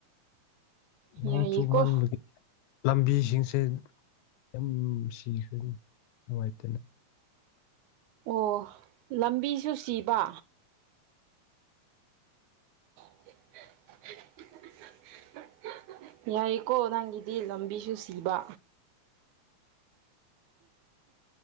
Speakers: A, on the right (about 80°); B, on the left (about 80°).
A: ꯌꯥꯏꯌꯦꯀꯣ
B: ꯅꯣꯡ ꯆꯨꯃꯟꯕꯒꯤ ꯂꯝꯕꯤꯁꯤꯡꯁꯦ ꯌꯥꯝ ꯁꯤꯈꯔ‌ꯦꯅ‌ꯦ ꯅꯨꯡꯉꯥꯏꯇꯦꯅ‌ꯦ
A: ꯑꯣ ꯂꯝꯕꯤꯁꯨ ꯁꯤꯕ <unintelligible> ꯌꯥꯏꯀꯣ ꯅꯪꯒꯤꯗꯤ ꯂꯝꯕꯤꯁꯨ ꯁꯤꯕ